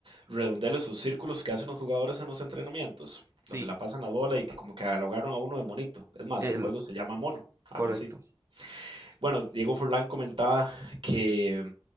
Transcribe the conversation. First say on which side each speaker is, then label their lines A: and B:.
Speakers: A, on the right (about 75°); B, on the right (about 30°).
A: redondeles, esos círculos que hacen los jugadores en los entrenamientos?
B: Sí,
A: Donde la pasan la bola y que como que lo agarran a uno de monito. Es más,
B: El,
A: el juego se llama mono, algo
B: correcto.
A: así. Bueno, Diego Forlán comentaba que